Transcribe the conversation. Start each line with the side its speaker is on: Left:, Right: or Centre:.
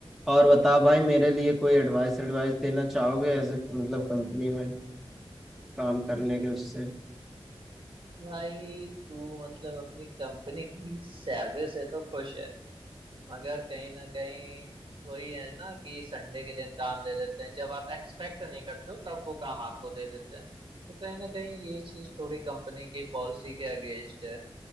Centre: और बताओ भाई मेरे लिए कोई एडवाइस एडवाइस देना चाहोगे ऐसे मतलब कंपनी में काम करने के उससे
Right: भाई तू मतलब अपनी कंपनी की सैलरी से तो खुश है मगर कहीं ना कहीं वही है ना कि संडे के दिन काम दे देते हैं जब आप एक्सपेक्ट नहीं करते हो तब वो काम आपको दे देते हैं तो कहीं ना कहीं ये चीज थोड़ी कंपनी की पॉलिसी के अगेंस्ट है